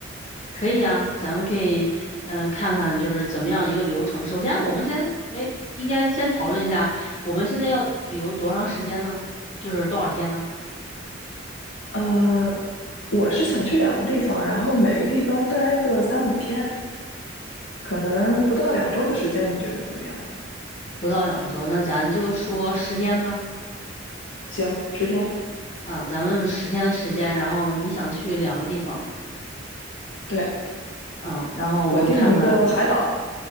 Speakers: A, on the left; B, on the left.
A: 可以啊，咱们可以嗯，看看就是怎么样一个流程。首先，我们先没应该先讨论一下，我们现在要旅游多长时间呢？就是多少天呢？
B: 呃，我是想去两个地方，然后每个地方待个三五天，可能不到两周的时间，你觉得怎么样？
A: 不到两周，那咱就说十天吧。
B: 行，十天。
A: 嗯，咱们十天的时间，然后你想去两个地方，
B: 对，
A: 嗯，然后我们看看，
B: 我定一个海岛，